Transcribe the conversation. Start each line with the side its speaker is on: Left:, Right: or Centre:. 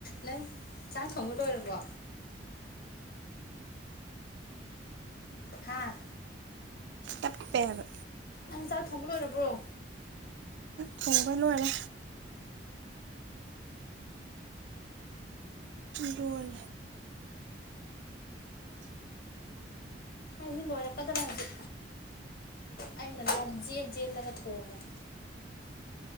Left: ꯅꯪ ꯆꯥꯛ ꯊꯣꯡꯕ ꯂꯣꯏꯔꯕꯣ ꯍꯥꯥ
Right: ꯆꯞꯄꯦꯜ
Left: ꯅꯪ ꯆꯥꯛ ꯊꯣꯡꯕ ꯂꯣꯏꯔꯕ꯭ꯔꯣ
Right: ꯊꯣꯡꯉꯕ ꯅꯦ ꯗꯣꯜ
Left: ꯑꯩꯁꯨ ꯂꯣꯏꯔꯛꯀꯗ꯭ꯔꯥ ꯍꯥꯏꯁꯤ ꯑꯩꯅ ꯂꯝꯖꯦꯜꯖꯦꯜꯂꯒ ꯊꯣꯡꯕꯅꯦ